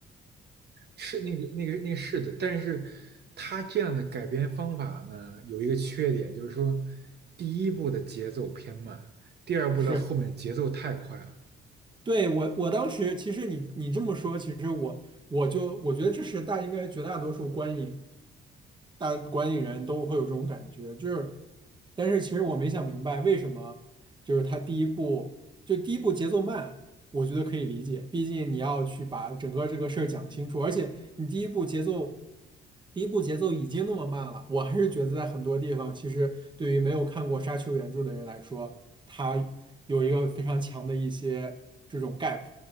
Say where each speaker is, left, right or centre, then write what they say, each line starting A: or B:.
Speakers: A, on the right; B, on the right.
A: 是那个那个那个是的，但是他这样的改编方法呢，有一个缺点，就是说第一部的节奏偏慢，第二部到后面节奏太快了。
B: 是，对，我，我当时其实你你这么说，其实我我就我觉得这是大应该绝大多数观影大观影人都会有这种感觉，就是，但是其实我没想明白为什么，就是他第一部就第一部节奏慢，我觉得可以理解，毕竟你要去把整个这个事儿讲清楚，而且你第一步节奏，第一步节奏已经那么慢了，我还是觉得在很多地方，其实对于没有看过沙丘原著的人来说，它有一个非常强的一些这种 gap